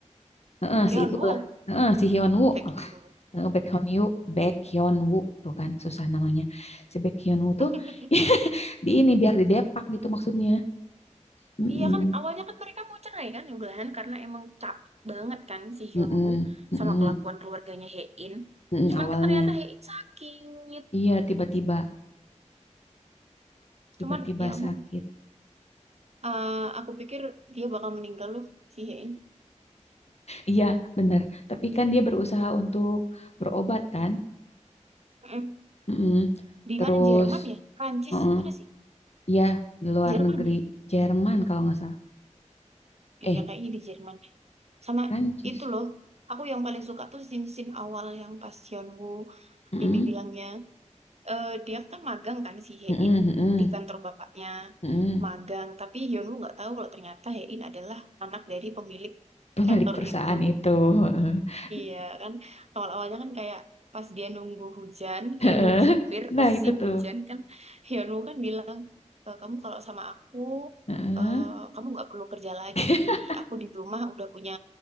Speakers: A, on the left; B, on the right.
A: Heeh,
B: Hyunwoo.
A: si itulah. Heeh, si Hyun Woo.
B: Baek
A: oh
B: Hyunwoo.
A: eh, Baekhyun Yu, Baekhyun Woo tuh kan susah namanya. Si Baekhyun Woo
B: <laughs>
A: tuh <laughs> di ini biar didepak gitu maksudnya. Mm-mm,
B: Iya kan awalnya kan mereka mau cerai kan ya udahan karena emang capek banget kan si Hyunwoo
A: mm-mm, mm-mm,
B: sama kelakuan keluarganya Hae-in.
A: mm-mm,
B: Cuman
A: awalnya.
B: ke- ternyata Hae-in sakit.
A: Iya, tiba-tiba tiba-tiba
B: Cuman ya ampun
A: sakit.
B: eh, aku pikir dia bakal meninggal loh si Hae-in.
A: Iya, bener. Tapi kan dia berusaha untuk berobat kan.
B: Mm-mm.
A: Mm-mm.
B: Di
A: Terus,
B: mana Jerman ya? Prancis
A: mm
B: mana sih?
A: Iya, di luar
B: Jerman
A: negeri.
B: ya?
A: Jerman kalau nggak salah. Eh,
B: Iya kayaknya di Jerman. Sama
A: Prancis.
B: itu loh. Aku yang paling suka tuh scene-scene awal yang pas Hyunwoo
A: Mm-mm.
B: ini bilangnya eh, dia kan magang kan si Hein
A: Mm-mm, mm-mm,
B: di kantor bapaknya
A: mm-mm.
B: magang tapi Hyunwoo nggak tahu kalau ternyata Hein adalah anak dari pemilik
A: Pemilik
B: kantor
A: perusahaan
B: itu
A: itu. <laughs>
B: Iya kan awal-awalnya kan kayak pas dia nunggu hujan,
A: Heeh.
B: eh nunggu sopir
A: Nah,
B: posisi
A: itu tuh.
B: hujan kan Hyunwoo kan bilang "E, kamu kalau sama aku
A: Heeh.
B: eh, kamu nggak perlu kerja lagi.
A: <laughs>
B: Aku di rumah udah punya